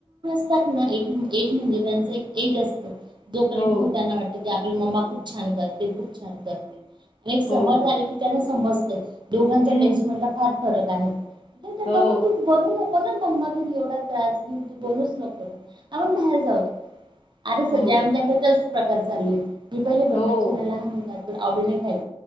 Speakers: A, on the right; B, on the left.
A: ज म्हणजे त्यांच एक एज असतं जो करयंत
B: हो,
A: खोट्यांना वाटत. ते आपली मम्मा खूप छान करते, खूप छान करते, पण एक समज
B: हो.
A: आली की त्याना समजतय. दोघांचा
B: हं.
A: टेस्ट मधला फार फरक आहे.
B: हो,
A: नको तू बनू पण मम्मा घरी एवढा त्रास घेऊन. तू बनूच नको ना आपण बाहेर जाऊ. आता सज्या
B: हो,
A: आमच्याकडेचच प्रकार चालू आहे. मी पहिले बनवायची
B: हो.
A: म्हणायला ह म्हणतात आवडी नाही खायच.